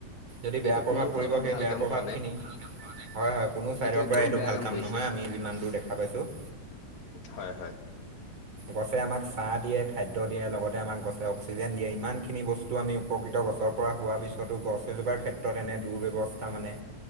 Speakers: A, on the right; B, on the left.
A: যদি
B: এইটো
A: বেয়া প্ৰভাৱ
B: কোনো ফালৰ
A: পৰিব
B: পৰা
A: সেই
B: ভাল
A: বেয়া
B: কাম
A: প্ৰভাৱ
B: কৰা নাই
A: খিনি হয় হয় কোনো চাইডৰ
B: একদম
A: পৰা এইটো
B: বেয়া
A: ভাল কাম
B: কৰিছে
A: নহয় আমি যিমান দূৰ দেখা পাইছো।
B: হয় হয়।
A: গছে আমাক চাহ দিয়ে খাদ্য দিয়ে লগতে আমাক গছে অক্সিজেন দিয়ে ইমান খিনি বস্তু আমি উপকৃত গছ পৰা হোৱা পিছতো গছ এজোপাৰ ক্ষেত্ৰত এনে দুৰ্বস্থা মানে